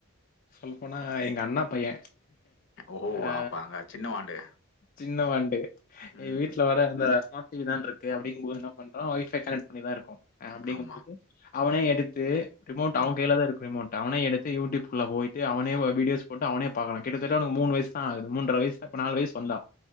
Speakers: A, on the left (about 40°); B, on the left (about 60°).
A: சொல்லபோனா எங்க அண்ணா பைய
B: ஓஹோ!
A: ஆ
B: அப்ப அங்க சின்னவாண்டு.
A: சின்ன வண்டு எங்
B: ம்ஹ்ம்.
A: வீட்டுல வேற அந்த ஸ்மார்ட் டி வி தான்ருக்கு அப்படிங்கம்போது என்ன பண்றோ ஒய்ஃபை கனெக்ட் பண்ணிதா இருக்கு அ அப்படிங்கம்
B: ஆமா.
A: போது அவனே
B: ம்,
A: எடுத்து ரிமோட்
B: ம்.
A: அவன் கையிலாதா இருக்கு ரிமோட் அவனே எடுத்து யூடியூப் குள்ள போயிட்டு அவனே வ வீடியோஸ் போட்டு அவனே பாகறா கிட்டத்தட்ட அவனுக்கு மூணு வயசுதா ஆகுது மூன்டற வயசுதா இப்ப நாலு வயசு வந்தா